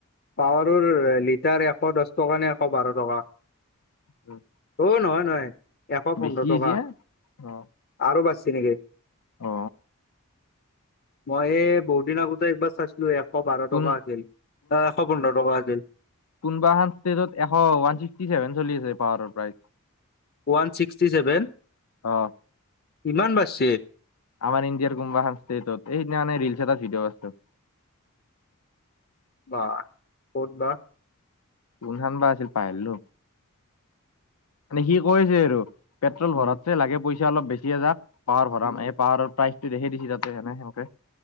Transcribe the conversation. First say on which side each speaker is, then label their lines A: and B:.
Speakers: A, on the left (about 45°); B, on the left (about 80°).
A: পাৱাৰৰ লিটাৰ এশ দচ টকা নে এশ বাৰ টকা।
B: উম।
A: অঁ নহয় নহয়। এশ পোন্ধৰ
B: বেছি
A: টকা
B: হৈছে? অ।
A: আৰু বাচছি নেকি?
B: অ।
A: মই এ বহুত দিন আগতে একবাৰ চাইছিলো এশ বাৰ
B: কোন
A: টকা আছিল, এশ পোন্ধৰ টকা আছিল।
B: কোনোবা এখন ষ্টেজত এশ ওৱান ছিক্সটি ছেভেন চলি আছে পাৱাৰৰ প্ৰাইচ।
A: ওৱান ছিক্সটি ছেভেন,
B: অ
A: ইমান বাচছে?
B: আমাৰ ইণ্ডিয়াৰ কুম্বা এখন ষ্টেটত, এই সিদিনা মানে ৰিলছ এটা ভিডিঅ। <unintelligible>
A: বা! ক'ত বা?
B: কোন ধান বা আছিল পাহৰিলো? মানে সি কৈছে আৰু, পেট্ৰল
A: উম
B: ভৰাতছে লাগে পইচা অলপ বেছিয়ে যাক পাৱাৰ ভৰাম।
A: উম
B: এই পাৱাৰৰ প্ৰাইচ দেখি <unintelligible> তাতে এনে সেনকে।